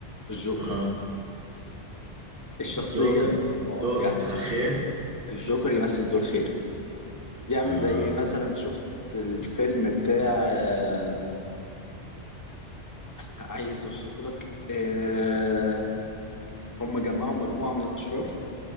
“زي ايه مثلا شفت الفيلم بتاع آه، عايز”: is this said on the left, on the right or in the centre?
Left